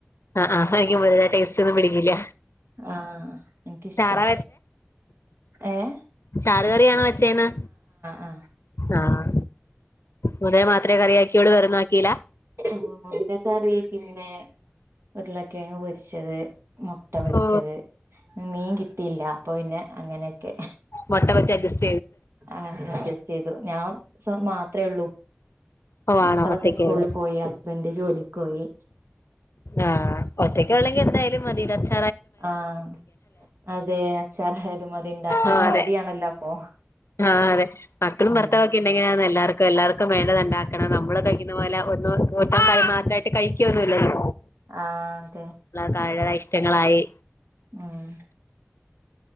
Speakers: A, on the left (about 80°); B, on the right (about 65°).
A: ആഹ് ആ എനിക്ക് മുതിര ടേസ്റ്റ് ഒന്നും പിടിക്കില്ല.
B: ആഹ് എനിക്കിഷ്ട്ടാ
A: ചാറാ
B: ഏഹ്?
A: ചാറ്കറിയണോ വെച്ചേന്ന്?
B: ആ
A: ആഹ് ആ മുതിര മാത്രമേ കറിയക്കിയോള്ളൂ വെറൊന്നും ആക്കില്ല
B: ആ മുതിരക്കറി പിന്നെ വീട്ടില് കിഴങ്ങ് പൊരിച്ചത് മുട്ട പൊരിച്ചത്
A: ഓ
B: മീൻ കിട്ടിയില്ല അപ്പൊ പിന്നെ അങ്ങനെ ഓക്കെ
A: മൊട്ട വെച്ച് അഡ്ജസ്
B: ആ അഡ്ജസ് ചെയ്തു ഞാൻ സ്വ മാത്രഉള്ളൂ
A: ഓ
B: മക്കളൊക്കെ
A: ആണോ ഒറ്റക്കുള്ളൂ
B: സ്കൂളില് പോയി ഹസ്ബൻഡ് ജോലിക്ക് പോയി
A: ആഹ് ഒറ്റക്ക് ഉള്ളെങ്കി എന്തായാലും മതിലൊ ഉച്ച
B: ആഹ് അതെ അച്ചാറായലും മതി ഉണ്ടാക്കാൻ
A: ആഹ്
B: മടിയണല്ലോ
A: അതെ
B: അപ്പൊ
A: ആഹ് അതെ മക്കളും
B: ഉം
A: ഭർത്താവൊക്കെ ഇണ്ടെങ്കി എല്ലാർക്കും എല്ലാർക്കും വേണ്ടത് ഉണ്ടാക്കണം നമ്മള കഴിക്കുന്ന പോലെ ഒന്നും ഒറ്റ കറി മാത്രയിട്ട് കഴിക്കുവൊന്നുവില്ലല്ലോ
B: ആ അതെ
A: ഓരോ ഇഷ്ട്ടങ്ങളായി
B: ആഹ്